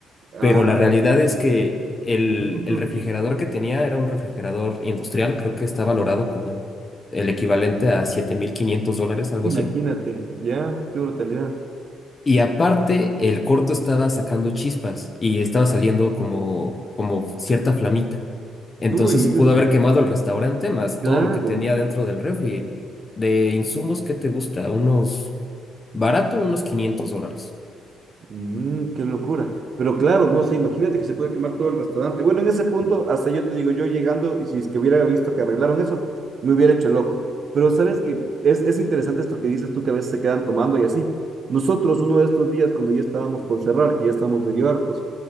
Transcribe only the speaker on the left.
Pero la realidad
es que el,
el refrigerador que tenía era un refrigerador industrial, creo que está valorado como el, el equivalente a 7.500 dólares, algo
así.
Y aparte, el corto estaba sacando chispas y estaba saliendo como, como cierta flamita. Entonces
se
pudo haber quemado el restaurante, más
todo lo que tenía dentro del refri. De insumos, ¿qué te gusta? Unos barato, unos 500 dólares.